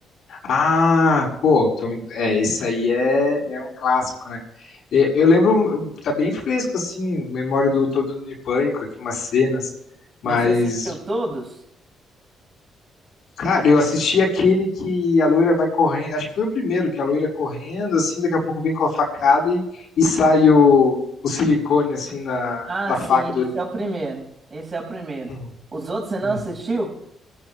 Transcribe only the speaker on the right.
Mas você assistiu todos?
Ah,
sim,
esse é o primeiro. Esse é o primeiro.
Os outros você não
assistiu?